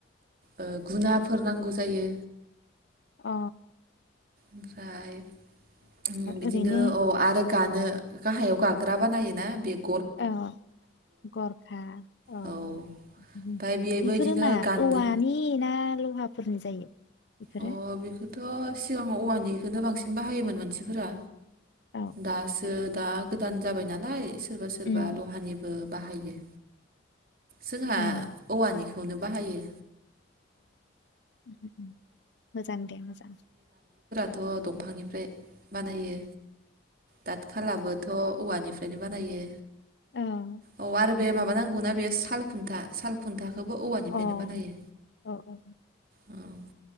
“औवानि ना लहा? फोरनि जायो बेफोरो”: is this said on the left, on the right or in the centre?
Left